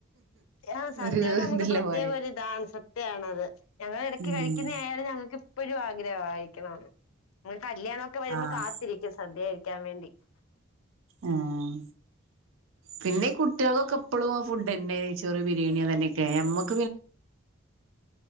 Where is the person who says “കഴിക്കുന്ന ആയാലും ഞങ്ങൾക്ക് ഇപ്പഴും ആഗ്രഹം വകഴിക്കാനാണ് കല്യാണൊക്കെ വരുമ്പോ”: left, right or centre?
Left